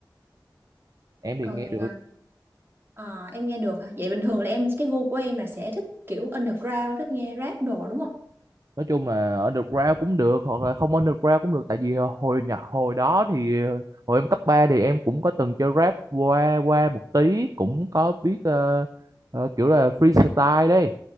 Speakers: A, on the right; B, on the right.
A: em thì
B: Còn
A: nghe được
B: ờ, Ờ, em nghe được hả? Vậy bình thường là em cái gu của em là sẽ thích kiểu underground, thích nghe rap đồ đúng không?
A: nói chung là underground cũng được hoặc là không underground cũng được tại vì ờ, hồi nhạc hồi đó thì ờ, hồi em cấp 3 thì em cũng có từng chơi rap qua qua một tí cũng có biết ờ, ờ, kiểu là freestyle đấy